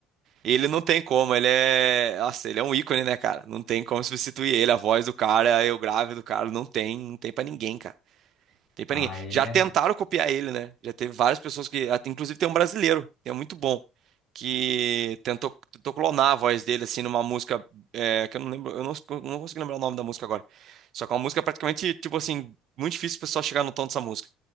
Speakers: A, on the right (about 50°); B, on the left (about 30°).
A: E ele não tem como, ele é. Nossa, ele é um ícone, né, cara? Não tem como substituir ele. A voz do cara, eu grave do cara, não tem, não tem pra ninguém, cara. Tem pra
B: Ah,
A: ninguém.
B: ele
A: Já tentaram
B: é
A: copiar ele, né? Já teve várias pessoas que. até- Inclusive tem um brasileiro, que é muito bom, que tentou, tentou clonar a voz dele, assim, numa música. é, que eu não lembro. Eu não, não consigo lembrar o nome da música agora. Só que é uma música praticamente, tipo assim, muito difícil o pessoal chegar no tom dessa música.